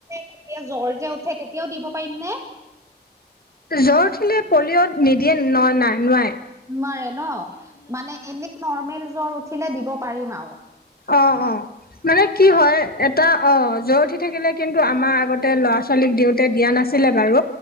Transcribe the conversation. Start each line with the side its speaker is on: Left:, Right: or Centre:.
Right: এতিয়া জ্বৰ যে উঠে তেতিয়াও দিব পাৰিম নে
Left: জ্বৰ উঠিলে পলিঅ'ত নিদিয়ে ন নাই নোৱাই
Right: নোৱাৰে ন মানে এনেই নৰ্মেল জ্বৰ উঠিলে দিব পাৰিম আও
Left: অ অ মানে কি হয় এটা অ জ্বৰ উঠি থাকিলে কিন্তু আমাৰ আগতে ল'ৰা ছোৱালীক দিওঁতে দিয়া নাছিলে বাৰু